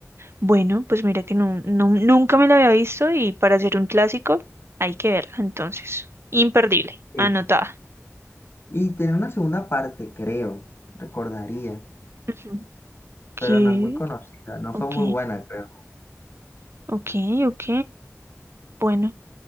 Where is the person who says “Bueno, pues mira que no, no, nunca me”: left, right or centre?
Right